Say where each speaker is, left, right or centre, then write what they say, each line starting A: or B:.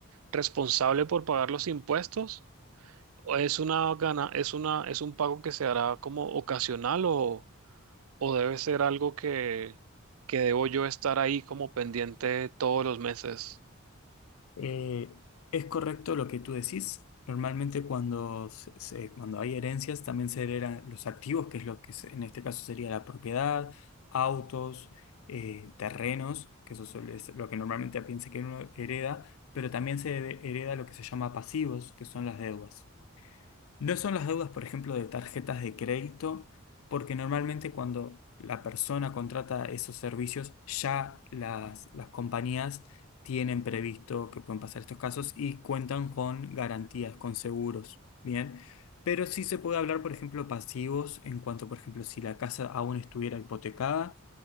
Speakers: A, on the right; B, on the left.
A: responsable por pagar los impuestos? ¿O es una gana, es una, es un pago que se hará como ocasional o, o debe ser algo que, que debo yo estar ahí como pendiente todos los meses?
B: Eh, es correcto lo que tú decís. Normalmente cuando, se- se- cuando hay herencias también se heredan los activos, que es lo que se- en este caso sería la propiedad, autos, eh, terrenos, que eso suele ser lo que normalmente piensa que uno hereda, pero también se hereda lo que se llama pasivos, que son las deudas. No son las deudas, por ejemplo, de tarjetas de crédito, porque normalmente cuando la persona contrata esos servicios, ya las, las compañías tienen previsto que pueden pasar estos casos y cuentan con garantías, con seguros, ¿bien? Pero sí se puede hablar, por ejemplo, pasivos en cuanto, por ejemplo, si la casa aún estuviera hipotecada,